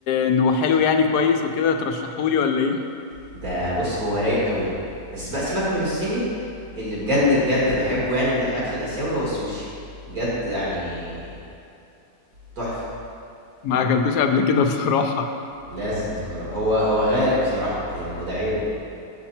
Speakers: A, on the left; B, on the right.
A: انه حلو يعني كويس وكده ترشحولي ولا ايه
B: ده بص هو رايق قوي بس بقى سيبك من الصيني اللي بجد
A: مم.
B: بجد بحبه يعني من الاكل الاسيوي هو السوشي بجد يعني تحفة
A: ما اكلتوش قبل كده بصراحه
B: لازم تجربه هو هو غالي بصراحة ده- هو ده عيبه